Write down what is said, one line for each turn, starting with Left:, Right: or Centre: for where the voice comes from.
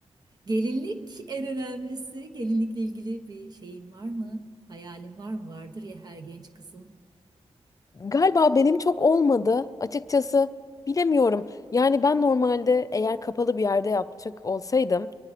Right: Gelinlik en önemlisi. Gelinlikle ilgili bir şeyin var mı? Hayalin var mı? Vardır ya her genç kızın.
Left: Galiba benim çok olmadı. Açıkçası bilemiyorum. Yani ben normalde eğer kapalı bir yerde yapacak olsaydım